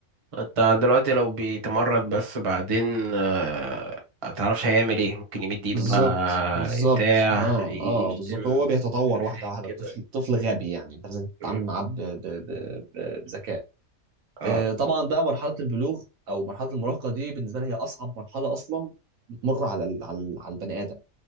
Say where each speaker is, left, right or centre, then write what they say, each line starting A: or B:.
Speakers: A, on the right; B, on the right.
A: انت دلوقتي لو بيتمرد بس بعدين آه، متعرفش هيعمل ايه ممكن يمد ايده
B: بالظبط
A: بقى
B: بالظبط
A: بتاع
B: اه
A: يشتم
B: اه بالظبط هو بيتطور
A: مش عارف
B: واحده
A: ايه
B: واحده
A: كده
B: الطفل طفل غبي يعني انت لازم
A: مم.
B: تتعامل معاه ب- ب- ب- ب- بذكاء
A: اه
B: آه طبعا بقى مرحله البلوغ او مرحله المراهقه دي بالنسبه لي هي اصعب مرحله اصلا بتمر على ال- على ال- على البني ادم